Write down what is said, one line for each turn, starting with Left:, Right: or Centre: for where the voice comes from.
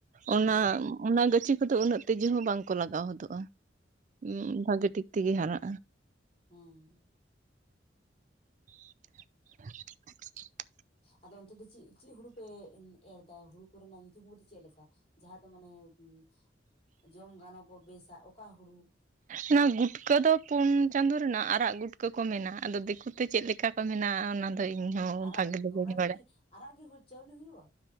Right: ᱚᱱᱟᱻ
Left: ᱦᱩᱸ ᱦᱩᱸ
Right: ᱚᱱᱟ ᱜᱟᱹᱪᱷᱤ ᱠᱚᱫᱚ ᱩᱱᱟᱹᱜ ᱛᱤᱡᱩ ᱦᱚᱸ ᱵᱟᱝ ᱠᱚ ᱞᱟᱜᱟᱣ ᱦᱚᱫᱚᱜᱼᱟ, ᱩᱸ ᱵᱷᱟᱜᱮ ᱴᱷᱤᱠ ᱛᱮᱜᱮ ᱦᱟᱨᱟᱜᱼᱟ᱾
Left: ᱦᱚᱸᱻ
Right: <unintelligible>
Left: ᱟᱫᱚ ᱚᱱᱛᱮ ᱫᱚ ᱪᱮᱜ ᱪᱮᱫ ᱦᱩᱲᱩ ᱯᱮ ᱮᱱ ᱮᱨ ᱮᱫᱟ ᱦᱩᱲᱩ ᱠᱚᱨᱮᱱᱟᱜ ᱧᱩᱛᱩᱢ ᱠᱚᱫᱚ ᱪᱮᱜ ᱞᱮᱠ- ᱠᱟ, ᱡᱟᱦᱟᱸ ᱫᱚ ᱢᱟᱱᱮ ᱩᱸ ᱡᱚᱢ ᱜᱟᱱᱚ ᱜᱚᱜ ᱵᱮᱥᱼᱟ ᱚᱠᱟ ᱦᱩᱲᱩ?
Right: ᱚᱱᱟ ᱜᱩᱴᱠᱟᱹ ᱫᱚ ᱯᱩᱱ ᱪᱟᱸᱫᱳ ᱨᱮᱱᱟᱜ ᱟᱨᱟᱜ ᱜᱩᱴᱠᱟᱹ ᱠᱚ ᱢᱮᱱᱟ, ᱟᱫᱚ ᱫᱤᱠᱩ ᱛᱮ ᱪᱮᱫ ᱞᱮᱠᱟ ᱠᱚ ᱢᱮᱱᱟ ᱚᱱᱟ? ᱫᱚ ᱤᱧᱦᱚᱸ
Left: ᱟᱨᱟᱜ
Right: ᱵᱷᱟᱜᱮ
Left: ᱜᱩᱴᱠᱟᱹ
Right: ᱵᱟᱹᱧ
Left: ᱚᱱᱟ
Right: ᱵᱟᱲᱟᱭᱟ
Left: ᱫᱚ ᱠᱤ ᱟᱨᱟᱜ ᱜᱮ ᱦᱩᱭ ᱪᱟᱹᱣᱞᱤ ᱦᱩᱭᱩᱜᱼᱟ?